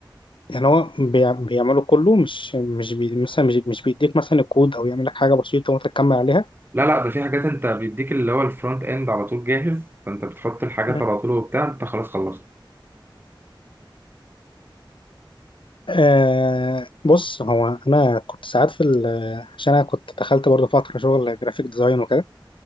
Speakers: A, on the left; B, on the right.
A: يعني هو بيع- بيعمله كله مش مش بي مثلا مش, مش بيديك مثلا الكود او يعمل لك حاجة بسيطة وانت تكمل عليها
B: لا لا ده في حاجات انت بيديك اللي هو الفرونت اند على طول جاهز فانت بتحط الحاجات
A: مم.
B: على طول وبتاع انت خلاص خلصت
A: آه بص هو انا كنت ساعات في ال- عشان انا كنت دخلت برضه فترة شغل جرافيك ديزاين وكده